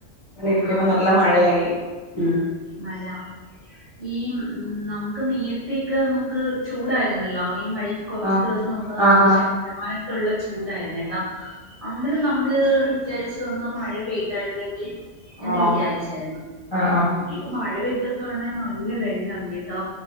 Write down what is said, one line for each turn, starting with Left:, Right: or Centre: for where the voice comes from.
Left: ന്നിരിക്കുമ്പോ
Right: ആ
Left: നല്ല
Right: ആ
Left: മഴയായി ഉം
Right: മഴ ഈ ഉം നമുക്ക് നേരത്തേയൊക്കെ നമുക്ക് ചൂടായിരുന്നല്ലോ? ഈ മഴക്ക് കുറച്ചു
Left: ആഹ്
Right: ദിവസം മുൻപ്
Left: ആഹ്
Right: അതി
Left: ആഹ്
Right: ശക്തമായ ള്ള ചൂടായിരുന്നു കേട്ടോ അന്നേരം നമ്മള് വിചാരിച്ചു എന്നാ മഴ പെയ്തായിരുന്നെങ്കിൽ എന്ന്
Left: ആണോ
Right: വിചാരിച്ചായിരുന്നു
Left: ആഹ്
Right: ഉം
Left: ആഹ്
Right: ഇപ്പൊ മഴ പെയ തൊക്കെണൻ നല്ല വെള്ളാ കേട്ടോ